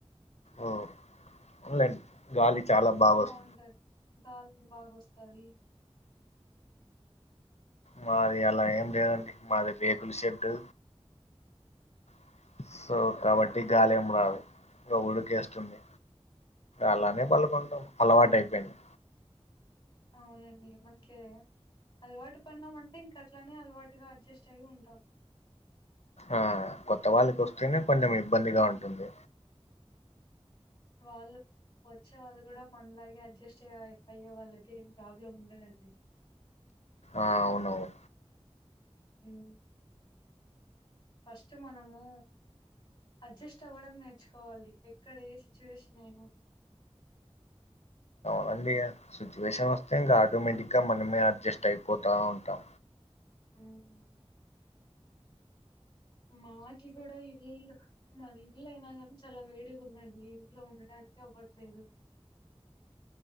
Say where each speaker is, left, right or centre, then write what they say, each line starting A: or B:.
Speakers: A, on the left; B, on the left.
A: ఓ ఓన్ లేండి గాలి చాలా బాగా
B: బాగుంటది
A: వస్
B: గాలి బాగా వస్తాది
A: మాది అలా ఎమ్ లేదండి మాది బేబ్ తులసి చెట్టు <inaudible> సో కాబట్టి గాలి ఏం రాదు ఇంక ఉడక వేస్తుంది అలానే పడుకుంటాం అలవాటై పోయింది
B: అవునండి మనకి అలవాటు పన్నాం అంటే ఇంక అట్ల నే అలవాటుగా అడ్జస్ట్ అయ్యి ఉంటాం
A: ఆ కొత్త వాళ్ళకి వస్తేనే కొంచెం ఇబ్బందిగా ఉంటుంది
B: వాళ్ళు వచ్చే వాళ్ళు కూడా మనలాగే అడ్జస్ట్ అయ్యి అయ్యే వాళ్ళ అయితే ఏం ప్రాబ్లం ఉండదండి
A: ఆ అవునవును
B: యూ ఫస్ట్ మనము అడ్జస్ట్ అవ్వడం నేర్చుకోవాలి ఎక్కడ ఏ సిట్యుయేషన్ అయినా
A: వండి ఆ సిట్యుయేషన్ వస్తే ఇంకా ఆటోమేటిక్ గా మనమే అడ్జస్ట్ అయిపోతా ఉంటాం
B: యూ మాకి కూడా ఇల్లు మాది ఇల్లు అయినా కానీ చాలా వేడిగా ఉంది అండి ఇంట్లో ఉండడానికి అవ్వట్లేదు